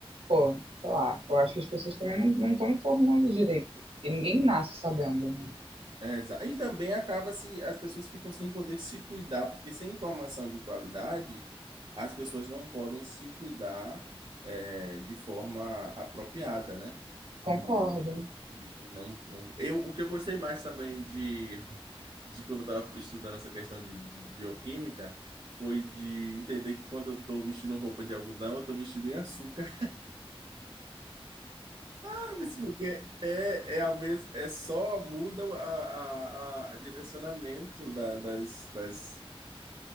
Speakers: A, on the right; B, on the right.
A: Pô, sei lá. Eu acho que as pessoas também não não estão informando direito. E ninguém nasce sabendo, né?
B: É, exa- e também acaba se as pessoas ficam sem poder se cuidar, porque sem informação de qualidade, as pessoas não podem se cuidar é, de forma apropriada, né?
A: Concordo.
B: E, e não, não. Eu, o que eu gostei mais também de, de quando eu estava estudando essa questão de bi- bioquímica foi de entender que quando eu estou vestindo roupa de algodão, eu estou vestido em açúcar. <laughs> mas Porque é, é a mes... é só muda o- a, a, a- a direcionamento da- das, das